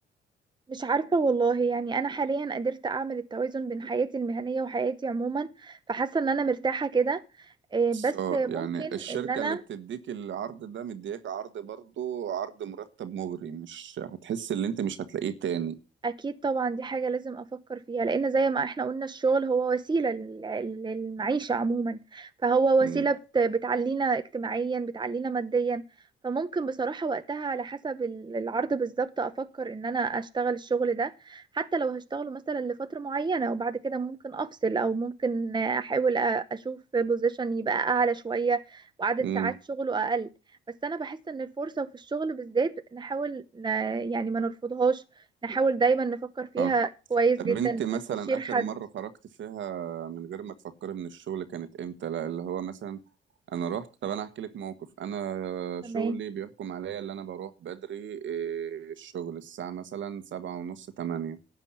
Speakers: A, on the right; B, on the right.
A: مش عارفة والله يعني انا حاليا قدرت اعمل التوازن بين حياتي المهنية وحياتي عموما فحاسة ان انا مرتاحة كده آه،
B: سو
A: بس ممكن
B: يعني الشركة
A: ان انا
B: اللي بتديك العرض ده مدياك عرض برضو عرض مرتب مغري مش هتحس ان انت مش هتلاقيه تاني
A: اكيد طبعا دي حاجة لازم افكر فيها لان زي ما احنا قلنا الشغل هو وسيلة لل- للمعيشة عموما فهو
B: امم
A: وسيلة بت- بتعلينا اجتماعيا بتعلينا ماديا فممكن بصراحة وقتها على حسب ال- العرض بالظبط افكر ان انا اشتغل الشغل ده حتى لو هشتغله مثلا لفترة معينة وبعد كده ممكن افصل او ممكن احاول أ- اشوف بوزيشن يبقى اعلى شوية وعدد
B: امم
A: ساعات شغله اقل بس انا بحس ان الفرصة في الشغل بالذات نحاول ن- يعني ما نرفضهاش نحاول دايما نفكر فيها
B: صح
A: كويس
B: طب
A: جدا
B: انت مثلا
A: نستشير
B: اخر
A: حد
B: مرة خرجت فيها من غير ما تفكري من الشغل كانت امتى لا اللي هو مثلا انا رحت طب انا احكي لك موقف انا
A: تمام
B: شغلي بيحكم عليا اللي انا بروح بدري إيه، الشغل الساعة مثلا سبعة ونص تمانية